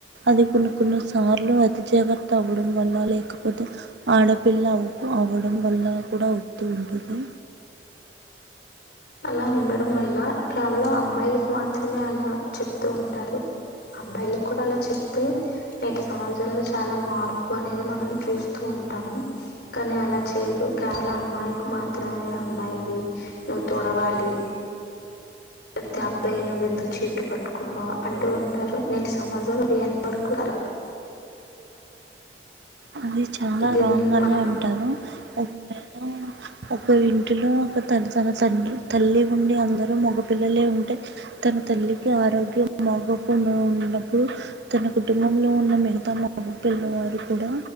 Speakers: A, on the right; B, on the left.
A: అది కొన్ని కొన్ని సార్లు అతి జాగ్రత్త అవ్వడం వల్ల లేక పోతే ఆడపిల్ల అవ అవడం వల్ల కూడా అవుతూ ఉంటుది
B: అలా ఉండడం వల్ల కేవలం అమ్మాయిలకు మాత్రమే అలా చెప్తూ ఉంటారు అబ్బాయిలకి కూడా అలా చెప్తే నేటి సమాజంలో చాలా మార్పు అనేది మనం చూస్తూ ఉంటాము కానీ అలా చేయరు కేవలం అమ్మాయికి మాత్రమే అమ్మాయివి ను తొడవాలి లేపోతే అబ్బాయి నువ్వెందుకు చీపురు పట్టుకున్నావు అంటూ ఉంటారు నేటి సమాజంలో అది ఎంతవరకు కరెక్ట్
A: అది చాలా
B: దీన్ని
A: రాంగ్గానే
B: మనం
A: అంటాను ఒమ్మె ఒక ఇంటిలో ఒక తల్ తన తండ్ తల్లి ఉండి అందరూ మగపిిల్లలే ఉంటే తన తల్లికి ఆరోగ్యం మగకుండా ఉన్నప్పుడు తన కుటుంబంలో ఉన్న మిగతా మగపిల్ల వారు కూడా